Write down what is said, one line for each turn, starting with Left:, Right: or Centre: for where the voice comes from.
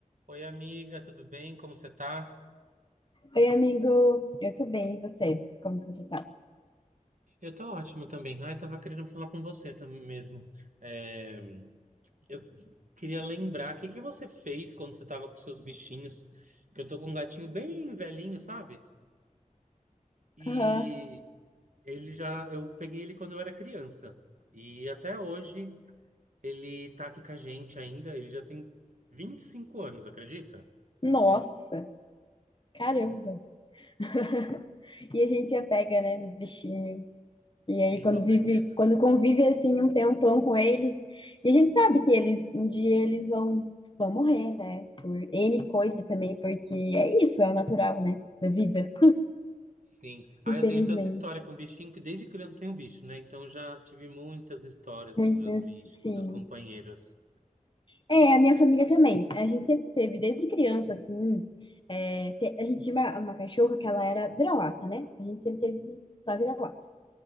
Right: Oi, amiga, tudo bem? Como você tá?
Left: Oi, amigo. Eu tô bem, e você? Como que você tá?
Right: Eu tô ótimo também. Ai, tava querendo falar com você também mesmo. É, eu queria lembrar, o que que você fez quando você tava com seus bichinhos? Que eu tô com um gatinho bem velhinho, sabe? E
Left: Aham.
Right: ele já, eu peguei ele quando eu era criança. E até hoje ele tá aqui com a gente ainda. Ele já tem 25 anos, acredita?
Left: Nossa, caramba. <laughs> E a gente apega, né, nos bichinhos. E
Right: Sim,
Left: aí, quando
Right: com certeza.
Left: vive, quando convive assim um tempão com eles, e a gente sabe que eles, um dia eles vão, vão morrer, né? Por N coisa também, porque é isso, é o natural, né? Da vida,
Right: Sim. Ah,
Left: infelizmente.
Right: eu tenho tanta história com bichinho que desde criança eu tenho bicho, né? Então já tive muitas histórias
Left: Muitas,
Right: dos meus bichos,
Left: sim.
Right: meus companheiros.
Left: É, a minha família também. A gente sempre teve, desde criança, assim. é, te- a gente tinha uma, uma cachorra que ela era vira-lata, né? A gente sempre teve só vira-lata.